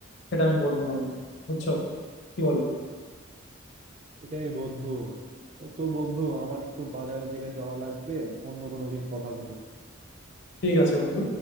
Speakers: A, on the left (about 55°); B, on the right (about 35°).
A: সেটা আমি বলবো না বন্ধু বুঝছো কি বলো
B: এটাই বন্ধু তো বন্ধু আমার একটু বাজারের দিকে যাওয়া লাগবে অন্য কোনো দিন কথা বলবো
A: ঠিক আছে বন্ধু